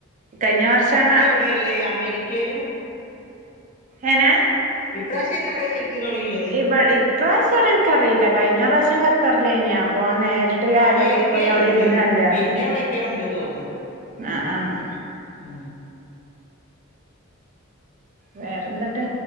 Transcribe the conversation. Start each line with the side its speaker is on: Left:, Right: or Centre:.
Right: കഴിഞ്ഞ വർഷാണ്
Left: ടെള്ളെ അമേരിക്കേലും
Right: എനെ
Left: ഇപ്രാവശ്യ യ്ന് എവിടെ ശരി ക്ക് കളി ള്ളേ
Right: ഇ ഇപ്രാവശ്യ എനിക്കറിയില്ല കഴിഞ്ഞ പ്രാവശ്യം ഖത്തറിലെനി അപ്പ നേരിട്ട് ഗാലറി
Left: അമേരികേൽ
Right: പോയി അവിടെ
Left: ഉണ്ട്
Right: ഇരുന്ന് കണ്ടാർന്ന്
Left: പിന്നെ എവിടെക്കെയ ഉണ്ട് തോന്നണ്ട്
Right: ആഹ് ആഹ്
Left: ഉം
Right: വേറെന്താട്ട്